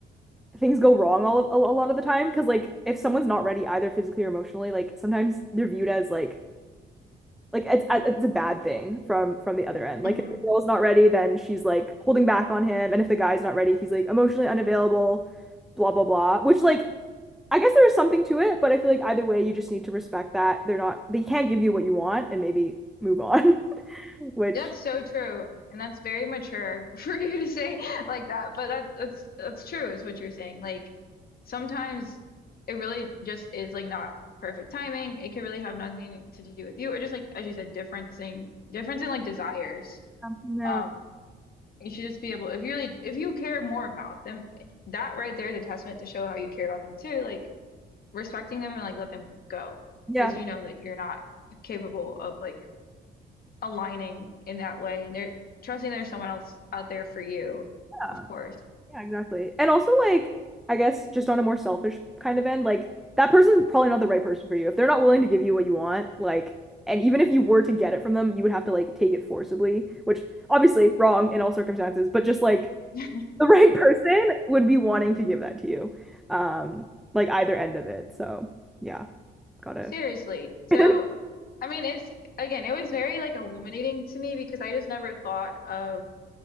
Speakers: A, in the centre; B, on the left.
A: things go wrong all of, a, a lot of the time because like if someone's not ready either physically or emotionally, like sometimes they're viewed as like like it's uh, it's a bad thing from from the other end.
B: hmm
A: Like if the girl's not ready, then she's like holding back on him, and if the guy's not ready, he's like emotionally unavailable, blah blah blah. Which like I guess there is something to it, but I feel like either way, you just need to respect that they're not they can't give you what you want, and maybe move on. <laughs> Which
B: That's so true. And that's very mature <laughs> for you to say like that. But that's that's that's true is what you're saying. Like sometimes it really just is like not perfect timing. It could really have nothing to do with you or just like as you said, differencing difference in like desires.
A: no,
B: Um You should just be able, if you really, if you care more about them, that right there is a testament to show how you care about them too. Like respecting them and like let them go,
A: yeah.
B: because you know that you're not capable of like aligning in that way, and they're trusting there's someone else out there for you,
A: yeah.
B: of course.
A: Yeah, exactly. And also, like, I guess just on a more selfish kind of end, like, that person's probably not the right person for you. If they're not willing to give you what you want, like, and even if you were to get it from them, you would have to, like, take it forcibly, which obviously wrong in all circumstances, but just like
B: <laughs>
A: the right <laughs> person would be wanting to give that to you. Um, like, either end of it. So, yeah, gotta.
B: Seriously. So,
A: <laughs>
B: I mean, it's again, it was very like illuminating to me because I just never thought of.